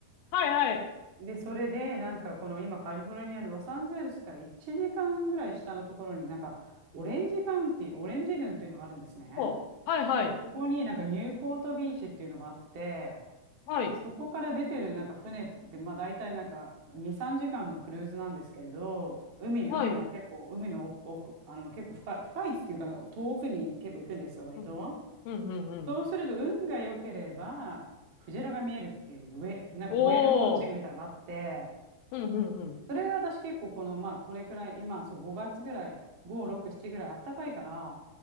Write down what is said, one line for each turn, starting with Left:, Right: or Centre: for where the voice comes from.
Left: はいはい。
Right: で、それで、なんか、この今、カリフォルニアのロサンゼルスから1時間ぐらい下のところになんか、オレンジカウンティー、オレンジ郡っていうのがあるんですね。
Left: お、はいはい。
Right: そこになんか、ニューポートビーチっていうのがあって、
Left: はい、
Right: そこから出てるなんか船って、まあ大体なんか2、3時間のクルーズなんですけれど、海に、
Left: はい。
Right: 海の結構、海の奥、奥、あの結構深い、深いっていうか遠くに結構行くんですよ、割と。
Left: うん、うん、うん。うん
Right: そうすると運が良ければ、クジラが見えるっていう、上、なんかホエールウォッチングみたいなのがあって、
Left: おお、うん、うん、うん。
Right: それ私結構この、まあ、これくらい、今、そう、5月ぐらい、5、6、7ぐらいあったかいから、